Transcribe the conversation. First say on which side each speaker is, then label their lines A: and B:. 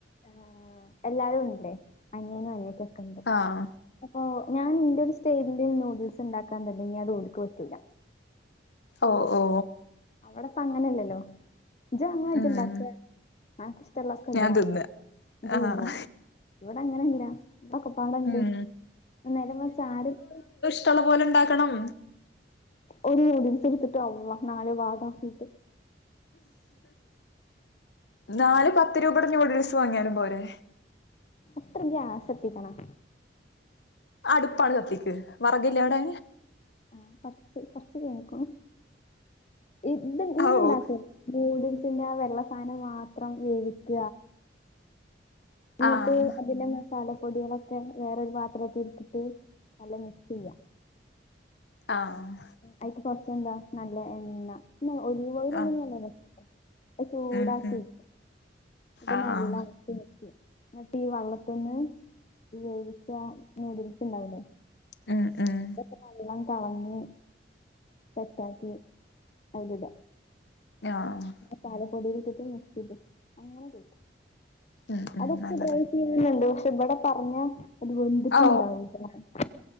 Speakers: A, on the left; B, on the left.
A: ആഹ് എല്ലാരുണ്ട് അനിയനും അനിയത്തൊക്കെണ്ട്
B: ആഹ്
A: അപ്പൊ ഞാൻ ഇന്റൊരു സ്റ്റെലില് നൂഡിൽസ്ണ്ടാക്കാൻ തൊടങ്ങ്യ അത് ഓൽക്ക് പറ്റൂല്ല
B: ഓ ഓ
A: അവടെപ്പങ്ങനല്ലല്ലോ ജ ങ്ങ
B: ഉം
A: ജ്ജ്‌ ണ്ടാക്ക അൻക്ക് ഇഷ്ടള്ളതൊക്കെ
B: ഞാൻ
A: ടാ
B: തിന്ന
A: ജ്
B: ആഹ്
A: തിന്നാ ഇവടെ അങ്ങനല്ല പ്പക്കെ പ്പാടണ്ട്
B: ഉം
A: ന്ന നേരെ മറിച്ച് ആരെട്ത്തും -
B: ഷ്ള്ള പോലെ ണ്ടാക്കണം
A: ഒരു ന്യൂഡിൽസ്ട്ത്ത് അല്ലാഹ് നാല് ഭാഗാക്കീട്ട്
B: നാല് പത്ത് രൂപേടെ ന്യൂഡിൽസ് വാങ്യാലും പോരെ
A: എത്ര ഗ്യാസത്തിക്കണം
B: അട്പ്പാണ്ട് കത്തിക്ക് വറകില്ലവടെ
A: ആഹ് കൊർച്ച് കൊർച്ച് കയ്ഞ്ക്കുണു ഇത് ഇങ്ങനെ
B: ഔ
A: ഉണ്ടാക്കും നൂഡിൽസിന്റെ ആ വെള്ള സാനം മാത്രം വേവിക്ക ന്ന്ട്ട്
B: ആഹ്
A: അതിലെ മസാല പൊടിയാളൊക്കെ വേറൊരു പാത്രത്തിലിട്ട്ട്ട് നല്ലം മിക്സെയ്യ
B: ആഹ്
A: അയ്ക്ക് കൊർച്ചെന്താ നല്ല എണ്ണ ന്ന ഒലീവോയില്
B: ആഹ്
A: ണ്ടെങ്കി നല്ലത അത് ചൂടാക്കിയൊയ്ക്യ
B: ഉം ഉം
A: അപ്പൊ
B: ആഹ്
A: നല്ല <unintelligible> ന്ന്ട്ടീ വള്ളത്ത്ന്ന് വേവിച്ച നൂഡിൽസ് ഇണ്ടാവില്ലെ
B: ആഹ് ആഹ്
A: ഇതൊക്കെ നല്ലം കളഞ്ഞ് സെറ്റാക്കി അതിലിട
B: ആഹ്.
A: മസാലപ്പൊടിയിൽ ഇട്ടിട്ട് മിക്സ് ചെയ്ത് അങ്ങനെ കഴിക്ക.
B: ഉം ഉം
A: അതൊക്കെ,
B: നല്ലതാ
A: <unintelligible> പക്ഷെ ഇവിടെ പറഞ്ഞാ അത് വെന്തിട്ടുണ്ടാവി
B: ഓ
A: <unintelligible>